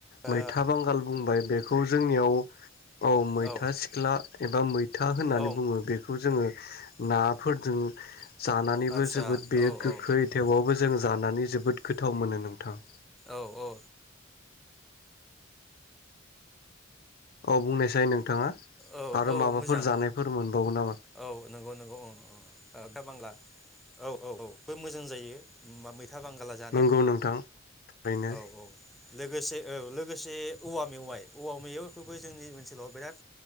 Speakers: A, in the centre; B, on the left.
A: ओ
B: मैथा बांगाल बुंबाय बेखौ जोंनियाव औ मैथा
A: औ
B: सिख्ला एबा मै था होननानै
A: औ
B: बुङो बेखौ जोङो नाफोरजों जानानैबो
A: आदसा
B: जोबोद बेयो
A: औ
B: गोखै
A: औ
B: थेवावबो जों जानानै जोबोद गोथाव मोनो नोंथां।
A: औ औ।
B: औ बुंनायसै नोंथाङा।
A: औ
B: आरो
A: औ
B: माबाफोर
A: मोजां
B: जानायफोर मोनबावो नामा?
A: औ नंगौ नंगौ दा बांला औ औ औ बे मोजां जायो मैथ' मैथा बांगाला जानो
B: नंगौ नोंथां ओरैनो
A: औ औ लोगोसे औ लोगोसे औवा मेवाइ औवा मेवाइखौबो जोंनि ओनसोलाव बिराद